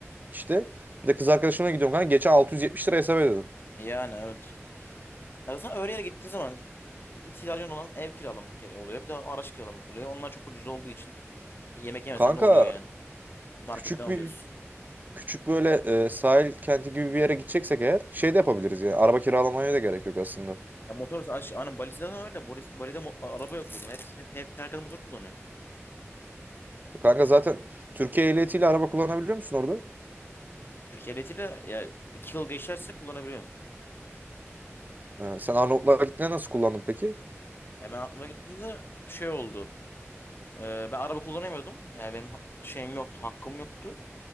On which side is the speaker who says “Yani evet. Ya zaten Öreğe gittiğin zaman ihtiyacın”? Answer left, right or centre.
Left